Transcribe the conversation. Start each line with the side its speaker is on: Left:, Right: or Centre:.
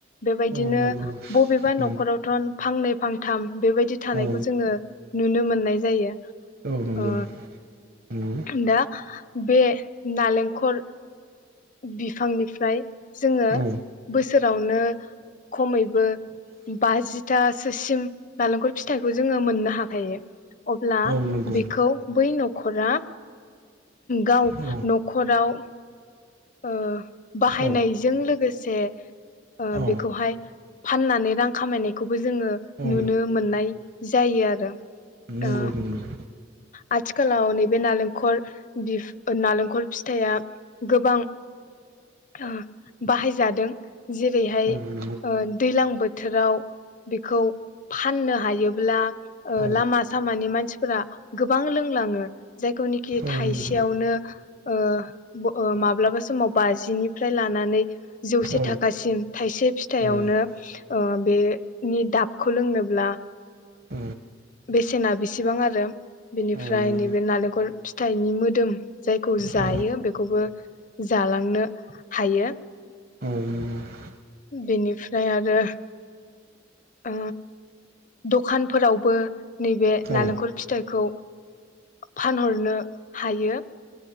Left: बेबायदिनो
Right: औ नंगौ
Left: बबेबा
Right: उम
Left: न'खरावथ' फांनै फांथाम बेबायदि थानायखौ
Right: औ
Left: जोङो नुनो मोननाय जायो।
Right: औ नंगौ
Left: ओ
Right: नंगौ
Left: दा बे नालेंखर बिफांनिफ्राय जोङो
Right: औ
Left: बोसोरावनो खमैबो बाजिथासोसिम नालेंखर फिथाइखौ जोङो मोननो हागोन हायो अब्ला
Right: औ नंगौ
Left: बेखौ बै न' खरा गाव
Right: औ
Left: न'खराव ओ बाहायनायजों
Right: औ
Left: लोगोसे जे ओ
Right: औ
Left: बेखौहाय फाननानै रां खामायनायखौबो जोङो
Right: औ
Left: नुनो मोननाय जायो आरो
Right: नंगौ
Left: ओ
Right: नंगौ
Left: आथिखालाव नैबे नालेंखर बिफ नालेंखर फिथाइआ गोबां ओ बाहायजादों जेरैहाय
Right: औ नंगौ
Left: ओ दैलां बोथोराव बेखौ फाननो हायोब्ला ओ
Right: औ
Left: लामा सामानि मानसिफोरा गोबां लोंलाङो जायखौनिखि
Right: नंगौ
Left: थाइसेयावनो ओ ओ माब्लाबा समाव बाजिनिफ्राय लानानै जौसे
Right: औ
Left: थाखासिम थायसे फिथाइयावनो
Right: औ
Left: ओ बेनि दाबखौ लोंनोब्ला
Right: औ
Left: बेसेना बेसेबां आरो बेनिफ्राय
Right: औ नंगौ
Left: नैबे नालेंखल फिथाइनि मोदोम जायखौ जायो
Right: औ
Left: बेखौबो जालांनो हायो
Right: औ नंगौ
Left: बेनिफ्राय आरो ओ दखानफोरावबो नैबे
Right: औ
Left: नालेंखर फिथाइखौ फानहरनो हायो